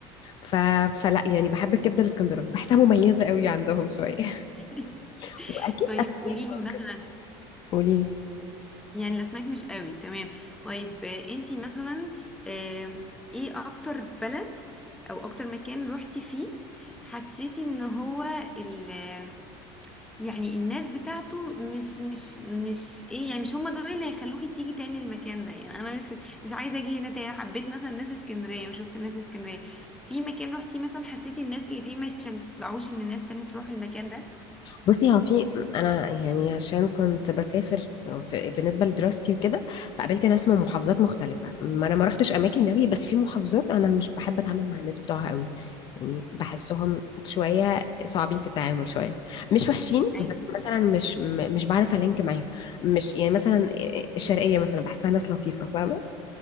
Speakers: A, on the left; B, in the centre.
A: ف... فلا يعني بحب الكبدة الاسكندراني بحسها مميزة قوي عندهم شوية
B: <laughs>
A: <laughs> وأكيد
B: طيب
A: أسماك
B: قوليلي
A: ممكن
B: مثلا
A: قولي
B: يعني الاسماك مش قوي تمام طيب آه، انتي مثلا آم، ايه اكتر بلد او اكتر مكان روحتي فيه حسيتي ان هو ال يعني الناس بتاعته مش مش مش ايه يعني مش هم دول اللي هيخلوكي تيجي تاني المكان ده يعني انا مش مش عايزه اجي هنا تاني أنا حبيت مثلا ناس اسكندريه وشفت ناس اسكندريه في مكان روحتي مثلا حسيتي الناس اللي فيه ما يشجعوش ان الناس تاني تروح المكان ده
A: بصي هو في انا يعني عشان كنت بسافر في بالنسبه لدراستي وكده فقابلت ناس من محافظات مختلفه ما انا ما رحتش اماكن قوي بس في محافظات انا مش بحب اتعامل مع الناس بتوعها قوي يعني بحسهم شويه صعبين في التعامل شويه مش وحشين
B: ايوه
A: بس مثلا مش م- مش بعرف الينك معاهم مش يعني مثلا الشرقيه مثلا بحسها ناس لطيفه فاهمه